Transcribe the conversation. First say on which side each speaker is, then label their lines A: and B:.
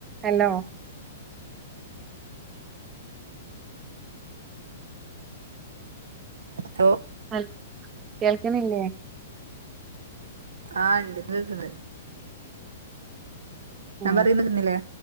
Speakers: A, on the right (about 25°); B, on the right (about 75°).
A: hello
B: law
A: <unintelligible> കേൾക്ക്ണില്ലേ
B: ആഹ ഉണ്ട് കേക്ക്ണ്ട്
A: ആ
B: ഞാൻ പറയുന്നത് നിന്നില്ലേ